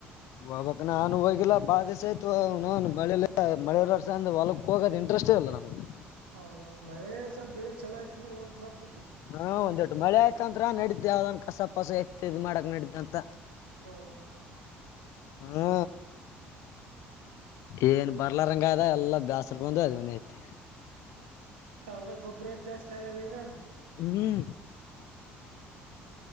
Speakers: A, on the left; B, on the right.
A: ಹೋಗಬಕ್ ನಾನು ಹೋಗಿಲ್ಲಾ ಬಾಳ ದಿವಸ ಆಯ್ತು ನ ಮಳೇ ಮಳೆರ್ಸ ಅಂದ ಹೊಲಕ್ ಹೋಗದ ಎಂಟ ಅಷ್ಟೇ ಅಲ್ಲ ನಮ್ಗೆ
B: ಹೌ ಮಳೆ ಸಲ್ ಬೆಳಿ ಚಲೋ ಆಯ್ತ ಅಂದ್ರೆ ಹೋಗ್ಬಾರ್ದ
A: ಹಾ ಒಂದ್ಟ್ಮಳೆ ಆಯ್ತಂದ್ರ ನಡ್ದ ಯಾವ್ದನ್ ಕಸ ಪಸ ಎತ್ತ ಇದ್ ಮಾಡಕ್ ನಡ್ದಂತ
B: ಹ
A: ಹ್ಮ ಏನ್ ಬರ್ಲಾರಂಗ ಅದ ಎಲ್ಲ ಬ್ಯಾಸರ್ಕಂದು ಅದನ ಐತಿ
B: ಆದ್ರೆ ಗೊಬ್ಬ ರೇಟ್ ಜಾಸ್ತಿ ಆಗ್ಯದ ಈಗ
A: ಹ್ಮ್